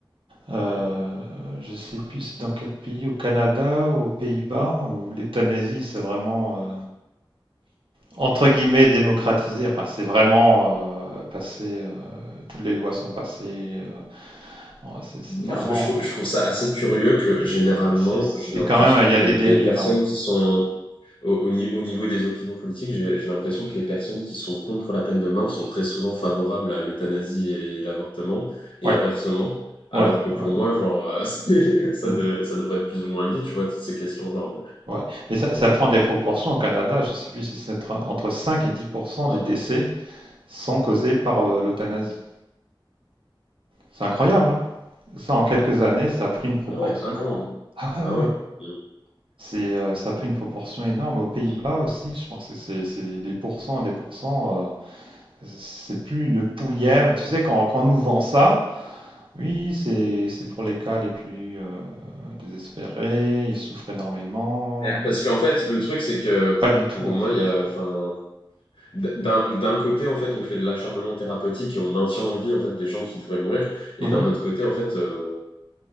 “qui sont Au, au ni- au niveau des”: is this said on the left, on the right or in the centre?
Left